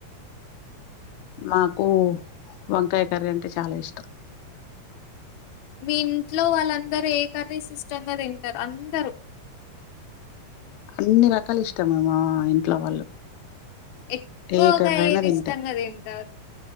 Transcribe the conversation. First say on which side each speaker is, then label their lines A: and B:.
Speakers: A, on the left; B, on the left.
A: నాకు వంకాయ కర్రీ అంటే చాలా ఇష్టం
B: మీ ఇంట్లో వాళ్ళందరూ ఏ కర్రీ సిస్టంగా తింటారు అందరూ
A: అన్ని రకాలు ఇష్టమే మా ఇంట్లో వాళ్ళు
B: ఎక్కువగా
A: ఏ కర్రీ అయినా
B: ఏది
A: తింటారు
B: ఇష్టంగా తింటారు